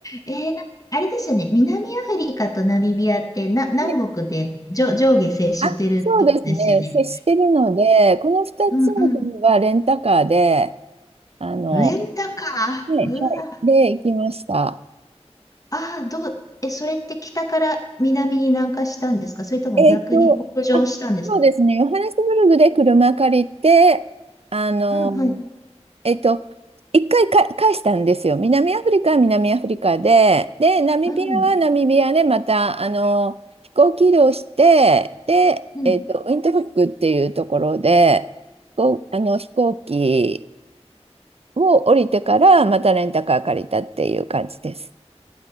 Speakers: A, on the left; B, on the right.
A: えー、なんかあれですよね。南アフリカとナミビアってな、南北で上、
B: で
A: 上下接してるとこですよね。
B: あ、そうですね。接してるので、この2つの国はレンタカーで、
A: うんうん。
B: あの、
A: レンタカ
B: はい、はい、
A: ー。うわ。
B: で、行きました。
A: ああ、どう、え、それって北から南に南下したんですかそれとも逆に北上したんですか
B: えっと、あ、そうですね。ヨハネスブルグで車借りて、あの、
A: うんはい。
B: えっと、一回か返したんですよ。南アフリカは南アフリカで、で、ナミビアはナミビアで、
A: うん。
B: また、あの、飛行機移動して、で、
A: うん。
B: えっと、ウィントフックっていうところで、こう、あの、飛行機を降りてから、またレンタカー借りたっていう感じです。